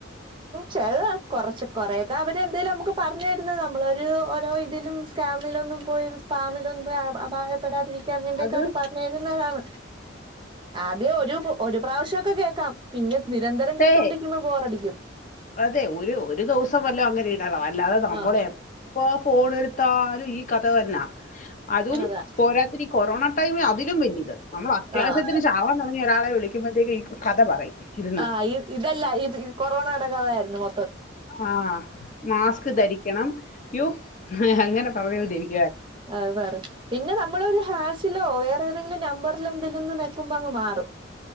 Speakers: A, on the right; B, on the left.
A: ചില കൊറച്ച് കൊറെയെക്കാ അവര് എന്തേലും നമുക്ക് പറഞ്ഞു തരുന്നത് നമ്മൾ ഒരു ഓരോ ഇതിലും സ്കാമിലൊന്നും പോയി സ്പാമിലൊന്നും പോയി അപായപ്പെടാതിരി യ്ക്കാൻ വേണ്ടി
B: അത്
A: അവരു പറഞ്ഞു തരുന്നതാണ് ആദ്യ ഒരു ഒരു പ്രാവശ്യ ഒക്കെ കേ ക്കാം പിന്നെ നിരന്തരം
B: അതെ
A: കേട്ടോണ്ടിരിക്കുമ്പോ ബോറടിക്കും
B: അതെ ഒരു ഒരു ദിവസം വല്ല അങ്ങനെ ഇടണം അ അല്ലാതെ നാമ്പോളെ
A: ആഹ്
B: പ്പൊ ഫോൺ എടുത്താലും ഈ കഥ തന്നാ അതും
A: അതാ
B: പോരാത്തിന് ഈ കൊറോണ ടൈമി അതിലും വലിയത് നമ്മൾ അത്യാവശ്യത്തിന്
A: ആഹ്
B: ചാകാ ൻ ഒരാളെ വിളിക്കുമ്പഴ്ത്തേക്ക കഥ പറയും ഇരുന്ന്
A: ആഹ് ഈ ഇതല്ല ഇത് കൊറോണയുടെ കഥയായിരുന്നു മൊ
B: ആ മാസ്ക് ധരിക്കണം യോ ഹേ അങ്ങനെ പറഞ്ഞോണ്ടിരിക്കും
A: അത് പറ പിന്നെ നമ്മള്ളൊരു ഹാ ചിലോ വേറെ ഏതെങ്കിലും നമ്പറിലെന്തിലന്ന് നെക്കുമ്പങ്ങ് മാറും